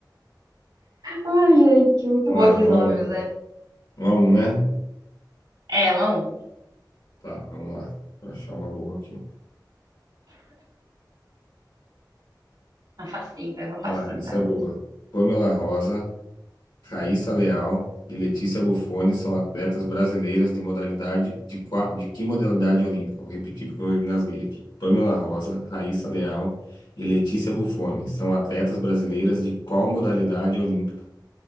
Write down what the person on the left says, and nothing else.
Vamos
lá,
um
a um,
Um a um, né?
Tá, vamos lá. Vou achar uma boa aqui.
Ah lá, essa
é boa. Pamela Rosa, Raíssa Leal e Letícia Bufone são atletas brasileiras de modalidade de, qua- de que modalidade olímpica? Vou repetir porque eu engasguei aqui. Pamela Rosa, Raíssa Leal e Letícia Bufone são atletas brasileiras de qual modalidade olímpica?